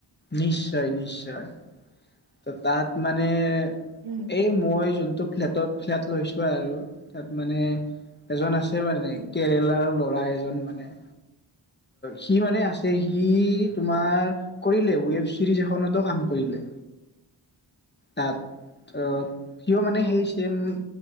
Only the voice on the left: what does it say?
নিশ্চয়, নিশ্চয়। ত' তাত মানে-
এই মই যোনটো- ফ্লেটত, ফ্লেট লৈছো আৰু। তা'ত মানে এজন আছে- মানে
কেৰেলা'ৰ- লৰা এজন মানে- সি মানে আছে। সি তোমাৰ কৰিলে ওৱেব চিৰিজ এখনতো কাম কৰিলে। তা'ত অঁ সিও মানে
সেই চেম-